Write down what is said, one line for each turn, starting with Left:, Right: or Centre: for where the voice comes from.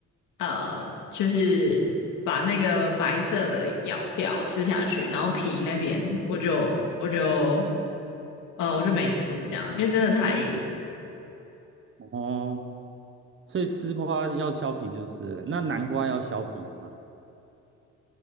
Left: 呃，就是把那个白色的咬掉吃下去，然后皮那边我就我就呃我就没吃这样，因为真的太硬了。
Right: 哦，所以丝瓜要削皮就是了那南瓜要削皮吗？